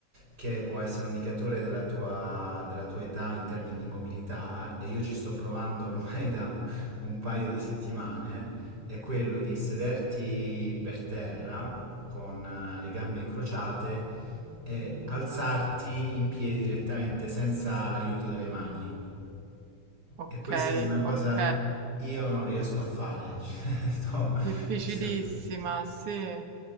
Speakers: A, on the right; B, on the right.
A: che può essere un indicatore della tua, della tua età in termini di mobilità, e io ci sto provando ormai <laughs> da un, un paio di settimane, è quello di sederti per terra con eh, le gambe incrociate e alzarti in piedi direttamente senza l'aiuto delle mani.
B: Ok,
A: E questa è una cosa
B: ok.
A: io non riesco a fare. <laughs> Cioè, sto-
B: Difficilissima,
A: ci sto-
B: sì.